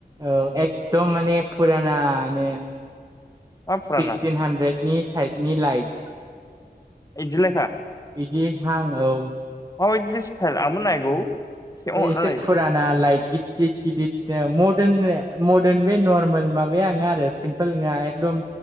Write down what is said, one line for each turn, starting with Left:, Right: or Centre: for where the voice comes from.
Right: औ एकदम माने फुरानानो
Left: मा फुराना
Right: सिक्सटिन हान्द्रेदनि थाइफनि लाइट
Left: इदिलेखा
Right: इदि हां औ
Left: मा बाइदि सिथायल आंबो नायगौ। खेबना
Right: एसे
Left: हरनानै
Right: फुराना लाइक गिदिद-गिदिद ओ मदार्न-मदार्न बे नरमेल माबाया नङा आरो सिम्पोल नङा एकदम